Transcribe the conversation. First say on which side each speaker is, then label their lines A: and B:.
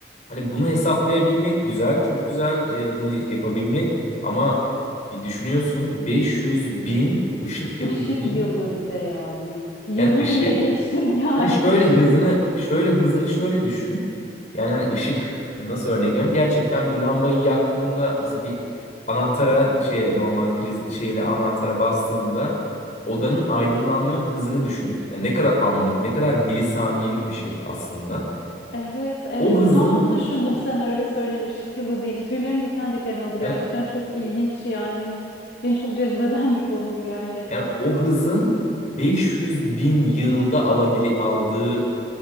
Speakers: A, on the left; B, on the left.
A: hani bunu hesaplayabilmek güzel, çok güzel e, bunu yapabilmek ama bir düşünüyorsun 500 bin ışık yılı
B: Işık
A: dediğin
B: yılı bir de yani. Yılı
A: yani ışık
B: bile geçtim <laughs> yani
A: hani şöyle
B: ışık
A: hızını
B: yılı.
A: şöyle hızını şöyle düşün. Yani hani ışık nasıl örnek vereyim? Gerçekten bir lambayı yaktığında mesela bir anahtara şeye normal priz şeyle anahtara bastığında odanın aydınlanma hızını düşün. Yani ne kadar anlık, ne kadar milisaniyelik bir şey aslında.
B: Evet evet
A: O hızın
B: tam da onu düşündüm sen öyle söyleyin ışık yılı deyince tüylerim diken diken oldu
A: yani
B: gerçekten çok ilginç yani benim beni çok cezbeden bir konu bu gerçekten.
A: yani o hızın 500 bin yılda alabili aldığı